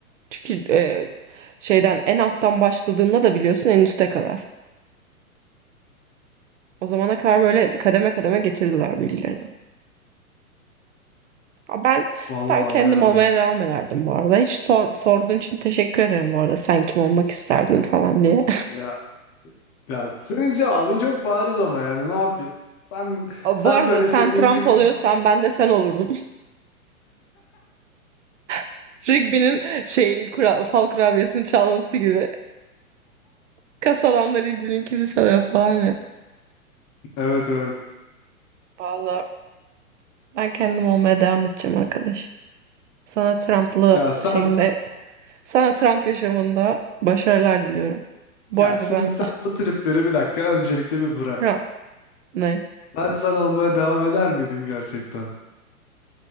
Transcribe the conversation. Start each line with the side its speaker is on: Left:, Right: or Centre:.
Right: Çünkü e, şeyden en alttan başladığında da biliyorsun en üste kadar. O zamana kadar böyle kademe kademe getirdiler bilgileri. Ha, Ben
Left: Vallahi
Right: ben kendim
Left: bilemedim.
Right: olmaya devam ederdim bu arada. Hiç sor- sorduğun için teşekkür ederim bu arada. Sen kim olmak isterdin falan diye.
Left: Ya ya senin cevabın çok bariz ama yani ne yapayım? Sen
Right: <laughs> Aa,
Left: sen
Right: Bu arada
Left: böyle
Right: sen
Left: şey individ
Right: Trump oluyorsan ben de sen olurdum. <laughs> Rigby'nin şeyin kura- fal kurabiyesini çalması gibi. Kas adamlar Rigby'ninkini çalıyor falan ya.
Left: Evet evet.
Right: vallahi ben kendim olmaya devam edeceğim arkadaş. Sana Trump'lı
Left: Ya sen
Right: şeyinde, sana Trump yaşamında başarılar diliyorum. Bu
Left: ya
Right: arada
Left: şimdi
Right: ben
Left: sen bu tripleri bir dakika öncelikle bir bırak.
Right: <laughs> Trump ne
Left: Sen sen olmaya devam eder miydin gerçekten?